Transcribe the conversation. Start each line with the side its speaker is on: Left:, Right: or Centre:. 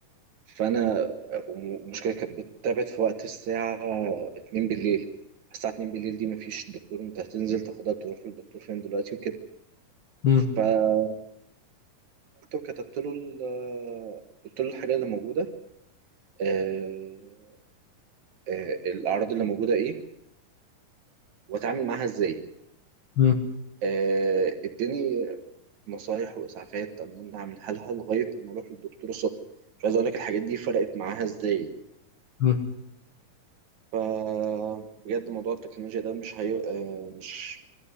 Right: فانا المشكله كانت بتتابع في وقت الساعه 2 بالليل الساعه 2 بالليل دي مفيش دكتور انت هتنزل تاخدها تروح للدكتور فين دلوقتي وكده
Left: مم.
Right: فقلت كتبت له ال- قلت له الحاجه اللي موجوده آه، آه، الاعراض اللي موجوده ايه واتعامل معاها ازاي
Left: مم.
Right: آه، اداني نصايح واسعافات ان انا اعملها لها لغايه ما اروح للدكتور الصبح مش عايز اقول لك الحاجات دي فرقت معاها ازاي
Left: مم.
Right: فبجد موضوع التكنولوجيا ده مش هي... آه، مش